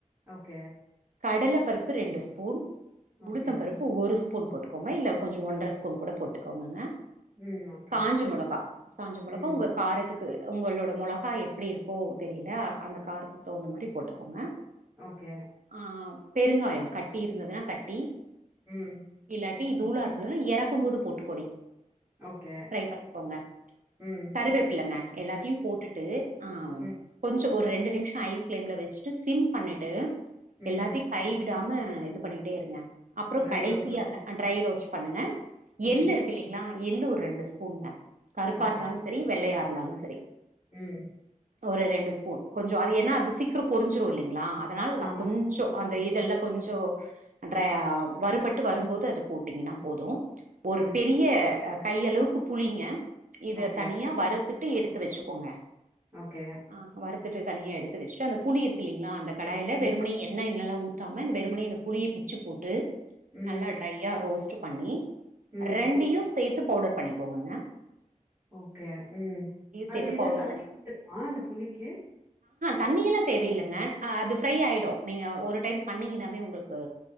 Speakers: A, on the right; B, on the right.
A: ஓகே
B: கடலை பருப்பு ரெண்டு ஸ்பூன்
A: ஓகே
B: உளுத்தம் பருப்பு ஒரு ஸ் ஸ்பூன் போட்டுக்கங்க இல்லே கொஞ்ச ஒன்ற ஸ்பூன் கூட போட்டு கொங்குங்க
A: ம் ஓகே
B: காஞ்ச மொளகா காஞ்ச மொளகா
A: ம்
B: உங்க காரத்துக்கு உங்களோட மொளகா எப்படி இருக்கோ தெரியல அந்த காரத்து தகுந்த மாதிரி போட்டுக்கோங்க
A: ஓகே
B: ஆஹ் பெருங்காயம் கட்டி இருந்ததுன்னா கட்டி
A: ம்
B: இல்லாட்டி இது தூல இருந்தது எறக்கும் போது போட்டு பொடி
A: ஓகே
B: ட்ரை பண்ணிக்கோங்க
A: ம்
B: கருவேப்பிள்ளைங்க எல்லாத்தையும் போட்டுட்டு ஆ
A: ம்
B: கொஞ்சோ ஒரு ரெண்டு நிமிஷம் ஐ பிளேம்ல வச்சுட்டு சிம் பண்ணிட்டு
A: ம்
B: எல்லாத்தையும் கை விட்டு விடாம இது பண்ணிட்டே இருங்கே அப்புறம்
A: ட்ரை
B: கடைசியாங்க
A: ரோஸ்ட்
B: ட்ரை ரோஸ்ட் பண்ணுங்க
A: ம்
B: எல்லரு அ எள்ளூ ஒரு ரெண்டு ஸ்பூன்ங்க கருப்பா
A: ஓகே
B: இருந்தாலும் சரி வெள்ளையார் இருந்தாலும் சரி
A: ம்
B: ஒரு ரெண்டு ஸ்பூன் கொஞ்சம் அது என்னா அது சீக்கிரம் பொரிஞ்சிரும் இல்லைங்களா அதனால
A: ஆமா
B: கொஞ்ச அந்த இதெல்லா கொஞ்ச ட்ர வறுப்பட்டு வரும்போது அது போட்டீங்கன்னா போதும் ஒரு
A: ம்
B: பெரிய கை அளவுக்கு புளிங்க இது
A: ஓகே
B: தனியா வறுத் திட்டு எடுத்து வச்சுக்கோங்க
A: ஓகே
B: அ வருத் எடுத்துட்டு தனியா எடுத்து வச்சிட்டு அந்த புளி இருக்கீங்களா அந்த கடாயில்ல
A: ம்
B: வெறுமணி எண்ணெய் கிள்ளலாஎல்லா ஊத் ஊத்தாம இந்த வெறுமணி இந்த புளிய பிச்சு போட்டு
A: ம்
B: நல்லா ட்ரையா ரோஸ்ட் பண்ணி
A: ம்
B: ரெண்டியு சேத் பவுடர் பண்ணிக்கோங்கங்க
A: ஓகே ம் அது
B: சேர்த்து
A: என்ன
B: பவுடர்
A: தண்ணி
B: பண்ணி
A: ஊத்தணுமா அந்த புளிக்கு
B: தண்ணியெல்லா தேவையில்லைங்க அது ஃப்ரை ஆகிடும் நீங்கள் ஒரு டைம் பண்ணிங்கன்னாவே உங்களுக்கு